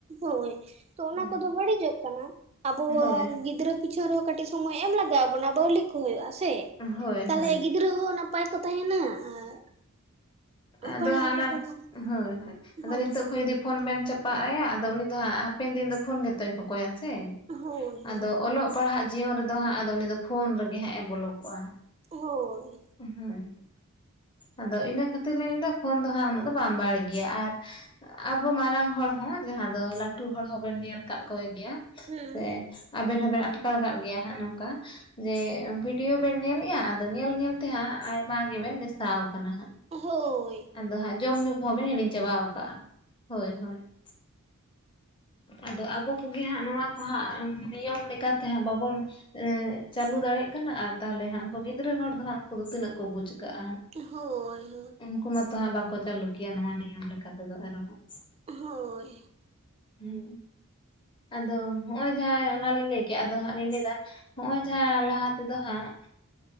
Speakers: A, on the right (about 30°); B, on the left (about 20°).
A: ᱦᱳᱭ ᱛᱚ ᱚᱱᱟ
B: ᱦᱮᱸ
A: ᱠᱚᱫᱚ ᱵᱟᱹᱲᱤᱡᱚᱜ ᱠᱟᱱᱟ ᱟᱵᱚᱣᱟᱜ
B: ᱦᱳᱭ
A: ᱜᱤᱫᱽᱨᱟᱹ ᱯᱤᱪᱷᱚᱱ ᱨᱮᱦᱚᱸ ᱠᱟᱹᱴᱤᱡ ᱥᱚᱢᱚᱭ ᱮᱢ ᱞᱟᱜᱟᱣ ᱵᱚᱱᱟ, ᱵᱟᱹᱣᱞᱤ ᱠᱚ ᱦᱩᱭᱩᱜᱼᱟ ᱥᱮ,
B: ᱦᱳᱭ
A: ᱛᱟᱞᱦᱮ
B: ᱦᱳᱭ
A: ᱜᱤᱫᱽᱨᱟᱹ ᱦᱚᱸ ᱚᱱᱟ ᱱᱟᱯᱟᱭ ᱠᱚ ᱛᱟᱦᱮᱱᱟ ᱟᱨ
B: ᱟᱫᱚ
A: ᱯᱟᱲᱦᱟᱣ
B: ᱦᱟᱸᱜ ᱚᱱᱟ
A: ᱠᱚ ᱯᱟᱲᱦᱟᱜᱼᱟ
B: ᱦᱳᱭ ᱦᱳᱭ᱾ ᱟᱫᱚ
A: ᱦᱳᱭ
B: ᱱᱤᱛᱳ ᱠᱷᱚᱡ ᱡᱩᱫᱤ ᱯᱷᱳᱱ ᱵᱮᱱ ᱪᱟᱯᱟᱜ ᱟᱭᱟ, ᱟᱫᱚ ᱩᱱᱤ ᱫᱚ ᱦᱟᱸᱜ ᱦᱟᱯᱮᱱ ᱫᱤᱱ ᱫᱚ ᱯᱷᱳᱱ ᱜᱮᱛᱚᱭ ᱠᱷᱚᱠᱚᱭᱟ ᱥᱮ᱾
A: ᱦᱳᱭ
B: ᱟᱫᱚ
A: ᱦᱳᱭ
B: ᱚᱞᱚᱜ ᱯᱟᱲᱦᱟᱜ ᱡᱤᱭᱚᱱ ᱨᱮᱫᱚ ᱦᱟᱸᱜ ᱟᱫᱚ ᱩᱱᱤ ᱫᱚ ᱯᱷᱳᱱ ᱨᱮᱜᱮ ᱦᱟᱸᱜ ᱮ ᱵᱚᱞᱚ ᱠᱚᱜᱼᱟ ᱾
A: ᱳ ᱦᱳᱭ
B: ᱩᱸ ᱦᱳᱭ ᱟᱫᱚ ᱤᱱᱟᱹ ᱠᱷᱟᱹᱛᱤᱨ ᱞᱤᱧ ᱞᱟᱹᱭᱫᱟ ᱯᱷᱳᱱ ᱫᱚ ᱦᱟᱸᱜ ᱩᱱᱟᱹᱜ ᱫᱚ ᱵᱟᱢ ᱵᱟᱲ ᱜᱮᱭᱟ ᱟᱨ ᱟᱵᱚ ᱢᱟᱨᱟᱝ ᱦᱚᱲ ᱦᱚᱸ ᱡᱟᱦᱟᱸ ᱫᱚ ᱞᱟᱹᱴᱩ ᱦᱚᱲ ᱦᱚᱵᱮᱱ ᱧᱮᱞ ᱠᱟᱜ ᱠᱚᱜᱮ ᱜᱮᱭᱟ
A: ᱦᱩᱸ
B: ᱥᱮᱸ ᱟᱵᱮᱱ ᱦᱚᱸ ᱵᱮᱱ ᱟᱴᱠᱟᱨ ᱠᱟᱜ ᱜᱮᱭᱟ ᱦᱟᱸᱜ ᱱᱚᱝᱠᱟ ᱡᱮ ᱵᱷᱤᱰᱤᱭᱳ ᱵᱮᱱ ᱧᱮᱞᱮᱜᱼᱟ ᱟᱫᱚ ᱧᱮᱞ ᱧᱮᱞᱛᱮ ᱦᱟᱸᱜ ᱟᱭᱢᱟ ᱜᱮ ᱵᱮᱱ ᱱᱮᱥᱟᱣ ᱠᱟᱱᱟ ᱦᱟᱸᱜ᱾
A: ᱦᱳᱭ ᱾
B: ᱟᱫᱚ ᱦᱟᱸᱜ ᱡᱚᱢ ᱧᱩᱸ ᱠᱚᱦᱚᱸ ᱵᱤᱱ ᱦᱤᱲᱤᱧ ᱪᱟᱵᱟᱣ ᱟᱠᱟᱫᱼᱟ ᱦᱳᱭ ᱦᱳᱭ ᱾ ᱟᱫᱚ ᱟᱵᱚ ᱠᱚᱜᱮ ᱦᱟᱸᱜ ᱱᱚᱣᱟ ᱠᱚ ᱦᱟᱸᱜ ᱱᱤᱭᱚᱢ ᱞᱮᱠᱟᱛᱮ ᱦᱟᱸᱜ ᱵᱟᱵᱚᱱ ᱮ ᱪᱟᱹᱞᱩ ᱫᱟᱲᱮᱜ ᱠᱟᱱᱟ ᱛᱟᱦᱞᱮ ᱦᱟᱸᱜ ᱩᱱᱠᱩ ᱜᱤᱫᱽᱨᱟᱹ ᱦᱚᱲ ᱫᱚ ᱦᱟᱸᱜ ᱩᱱᱠᱩ ᱫᱚ ᱛᱤᱱᱟᱹᱜ ᱠᱚ ᱵᱩᱡ ᱠᱟᱹᱜᱼᱟ ᱾
A: ᱦᱳᱭ ᱦᱳᱭ
B: ᱩᱱᱠᱩ ᱢᱟᱛᱚ ᱦᱟᱸᱜ ᱵᱟᱠᱚ ᱪᱟᱹᱞᱩ ᱠᱮᱭᱟ ᱱᱚᱣᱟ ᱱᱤᱭᱚᱢ ᱞᱮᱠᱟ ᱛᱮᱫᱚ ᱟᱨᱚ ᱦᱟᱸᱜ,
A: ᱦᱳᱭ ᱾
B: ᱦᱩᱸ ᱟᱫᱚ ᱦᱚᱸ ᱚᱭ ᱡᱟᱦᱟᱸ ᱚᱱᱟᱞᱤᱧ ᱞᱟᱹᱭ ᱠᱮᱫ ᱟᱫᱚ ᱦᱟᱸᱜ ᱞᱤᱧ ᱞᱟᱹᱭ ᱫᱟ ᱦᱚᱸᱜ ᱚᱭ ᱡᱟᱦᱟᱸ ᱞᱟᱦᱟ ᱛᱮᱫᱚ ᱦᱟᱸᱜ